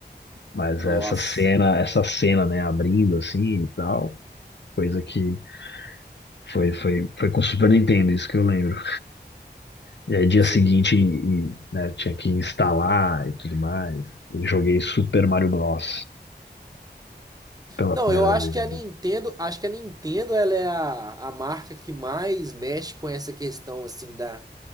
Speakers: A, on the left; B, on the right.
A: Mas
B: Nossa,
A: essa cena, essa cena, né, abrindo assim e tal, coisa que foi, foi, foi com o Super Nintendo, isso que eu lembro. E aí dia
B: sim.
A: seguinte, e- e, né, tinha que instalar e tudo mais. E joguei Super Mario Bros. pela
B: Não,
A: primeira
B: eu acho
A: vez.
B: que a Nintendo, acho que a Nintendo ela é a, a marca que mais mexe com essa questão assim da,